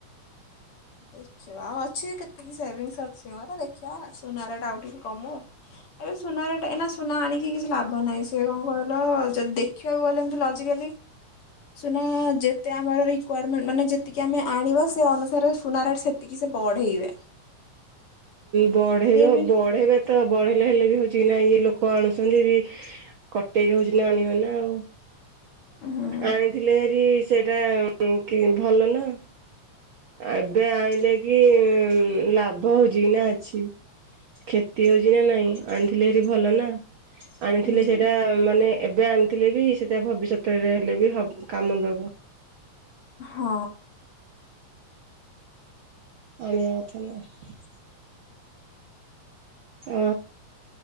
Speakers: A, on the left; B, on the right.
A: ଦେଖିବା ଅଛି କେତିକି ସେଭିଙ୍ଗସ ଅଛି ମୋର ଦେଖିବା ସୁନାରେଟା ଆଉ ଟିକେ କମୁ ଏବେ ସୁନା ରେଟ୍ ଏଇନା ସୁନା ଆଣିକି କିଛି ଲାଭ ନାହିଁ, ସିଏ କଣ କହିଲ ଯଦି ଦେଖିବାକୁ ଗଲେ ଏମିତି ଲଜିକା ନା ଯେତେ ଆମର ରିକ୍ୱାରମେଣ୍ଟ ମାନେ ଯେତିକି ଆମେ ଆଣିବା ସେ ଅନୁସାରେ। ସୁନାରଟ ସେତିକି ସେ ବଢ଼େଇବେ।
B: ବଢେଇବା
A: ବି
B: ବଢେଇବେ ତ ବଢେଇଲେ ହେଲେ ବି ହଉଛି କି ନା ଇଏ ଲୋକ ଲୋକ ଆଣୁଛନ୍ତି ବି କଟେଇ ହୋଉଛି ନା ଆଣିବ ନା ଆଉ।
A: ହୁଁ
B: ଆଣିଥିଲେ ହେରି ସେଇଟା ଭଲ ନା ଏବେ ଆଣିଲେ କି ଲା ଲାଭ ହଉଛି ନା ଅଛି କ୍ଷତି ହଉଛି ନା ନାଇଁ ଆଣିଥିଲି ହେରି ଭଲ ନା ଆଣିଥିଲେ
A: ହୁଁ
B: ସେଇଟା ମାନେ ଏବେ ଆଣିଥିଲେ ବି ସେଟା ଭବିଷ୍ୟତରେ ହେଲେ ବି କାମ ଦବ
A: ହଁ
B: ଆଣିବା କଥା ନା। ହଁ।